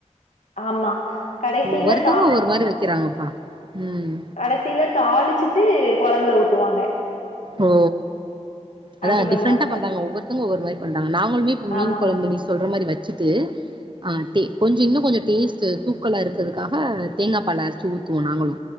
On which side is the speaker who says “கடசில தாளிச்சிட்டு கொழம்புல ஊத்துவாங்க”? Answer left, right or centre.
Left